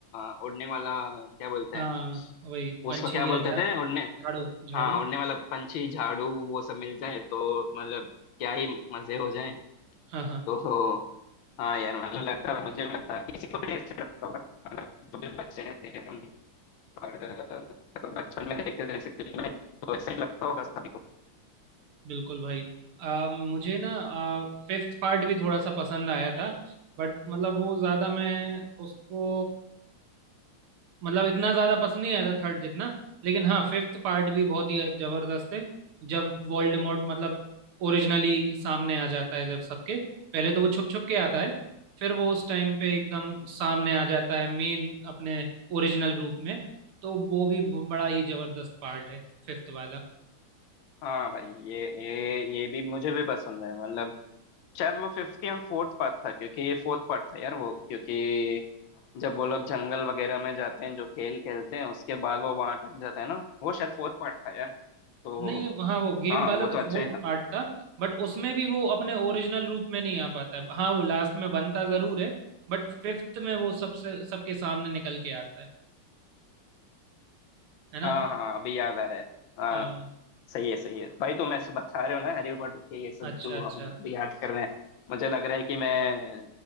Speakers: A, on the left; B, on the right.
A: अ, उड़ने वाला क्या बोलते
B: हाँ
A: हैं
B: वही पंछी
A: उसको क्या बोलते
B: या झा
A: थे
B: झाड़ू
A: उड़ने
B: झाड़ू
A: हाँ उन्हें मतलब पंछी झाड़ू वो सब मिल जाए तो मतलब क्या ही मजे हो जाए
B: हाँ हाँ
A: तो हाँ यार मतलब लगता है मुझे भी लगता है किसी को भी ऐसे लगता होगा मतलब जो भी बच्चे हैं थे हम और, मतलब बचपन में देखते थे ऐसी फिल्में तो ऐसे ही लगता होगा सभी को
B: बिल्कुल भाई आ, मुझे ना फिफ्थ पार्ट भी थोड़ा सा पसंद आया था बट मतलब वो ज्यादा मैं उसको मतलब इतना ज्यादा पसंद नहीं आया था थर्ड जितना लेकिन हाँ फिफ्थ पार्ट भी बहुत ही जबरदस्त है जब वोल्डेमॉर्ट मतलब ओरिजिनली सामने आ जाता है जब सबके पहले तो वो छुप छुप के आता है फिर वो उस टाइम पे एकदम सामने आ जाता है मेन अपने ओरिजिनल रूप में तो वो भी बड़ा ही जबरदस्त पार्ट है फिफ्थ वाला
A: हाँ भाई ये ये ये भी मुझे भी पसंद है मतलब शायद वो फिफ्थ या फोर्थ पार्ट था क्योंकि ये फोर्थ पार्ट था यार वो क्योंकि जब वो लोग जंगल वगैरह में जाते हैं जो खेल खेलते हैं उसके बाद वो वहां अटक जाता है ना वो शायद फोर्थ पार्ट था यार तो
B: नहीं हाँ वो गेम
A: हाँ
B: वाला
A: वो
B: तो
A: तो अच्छा
B: फोर्थ
A: ही था
B: पार्ट था बट उसमें भी वो अपने ओरिजिनल रूप में नहीं आ पाता है हाँ वो लास्ट में बनता जरूर है बट फिफ्थ में वो सबसे सबके सामने निकल के आता है है ना
A: हाँ हाँ अभी याद आ रहा है हाँ
B: हाँ
A: सही है सही है भाई तुम ऐसे बता रहे हो ना हैरी पॉटर के ये सब
B: अच्छा
A: जो
B: अच्छा
A: हम अभी याद कर रहे हैं मुझे लग रहा है कि मैं